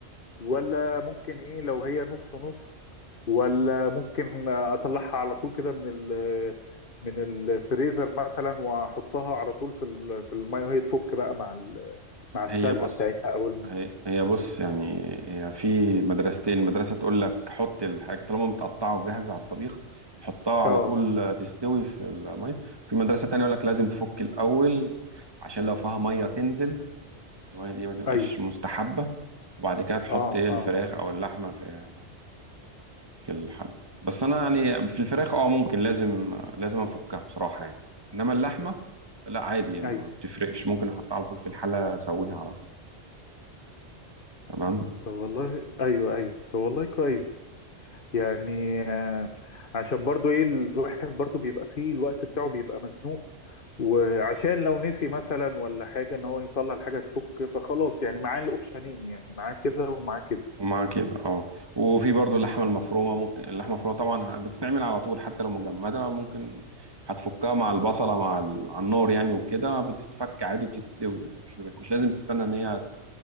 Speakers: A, on the left; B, on the right.
A: ولا ممكن ايه لو هي نص نص ولا ممكن اطلعها على طول كده من ال... من الفريزر مثلا واحطها على طول في ال... في الميه وهي تفك بقى مع ال... مع السلقه
B: هي بص
A: بتاعتها اول ما
B: هي هي بص يعني هي في مدرستين مدرسة تقول لك حط الحاجة طالما متقطعة وجاهزة على الطبيخ حطها على
A: اه
B: طول تستوي في المية في مدرسة تانية يقول لك لازم تفك الأول عشان لو فيها مية تنزل المية دي ما تبقاش
A: ايوه
B: مستحبة وبعد كده تحط
A: اه
B: ايه الفراخ
A: اه
B: أو اللحمة في في الحل بس أنا يعني في الفراخ اه ممكن لازم لازم أفكها بصراحة يعني إنما اللحمة لا عادي ما
A: ايوه
B: بتفرقش ممكن أحطها على طول في الحلة أسويها على طول تمام
A: طب والله ايوه ايوه طب والله كويس يعني آه، عشان برضو ايه الواحد برضو بيبقى فيه الوقت بتاعه بيبقى مزنوق وعشان لو نسي مثلا ولا حاجة ان هو يطلع الحاجة تفك فخلاص يعني معاه الاوبشنين يعني معاه كده ومعاه كده
B: ومع كده اه وفي برضو اللحمة المفرومة ممكن اللحمة المفرومة طبعا بتتعمل على طول حتى لو مجمدة ممكن هتفكها مع البصلة مع ال... على النار يعني وكده بتتفك عادي وبتتستوي يعني مش مش لازم تستنى ان هي